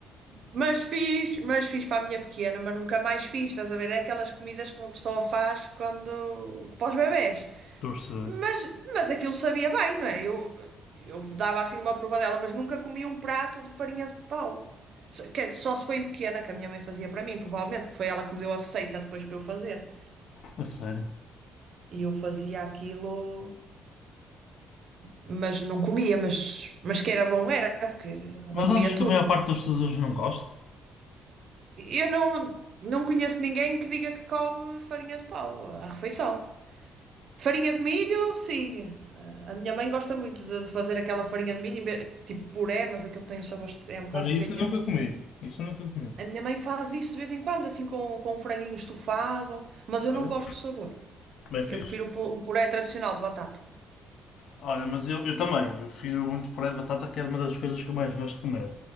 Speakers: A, on the right (about 60°); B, on the left (about 70°).
A: Mas fiz, mas fiz para a minha pequena, mas nunca mais fiz. Estás a ver? É aquelas comidas que uma pessoa faz quando, para os bebés.
B: estou a perceber.
A: Mas, mas aquilo sabia bem, não é? Eu, eu dava assim uma provadela, mas nunca comi um prato de farinha de pau. Só, quer- só se foi em pequena, que a minha mãe fazia para mim, provavelmente. porque Foi ela que me deu a receita depois para eu fazer.
B: A sério.
A: E eu fazia aquilo, mas não comia, mas, mas que era bom era, porque ela
B: Mas
A: comia
B: achas que
A: tudo.
B: a maior parte das pessoas hoje não gosta?
A: Eu não, não conheço ninguém que diga que come farinha de pau à refeição. Farinha de milho, sim. Ah, A minha mãe gosta muito de de fazer aquela farinha de milho, em vez- tipo puré, mas aquilo tem o sabor, est- é um bocado
B: Olha, isso
A: peganhento.
B: eu nunca comi. Isso eu nunca comi.
A: A minha mãe faz isso de vez em quando, assim com, com um franguinho estufado, mas eu
B: Bem,
A: não gosto do sabor.
B: bem fixe.
A: Eu prefiro o pu- o puré tradicional de batata.
B: Olha, mas eu, eu também. Eu prefiro muito puré de batata, que é uma das coisas que eu mais gosto de comer.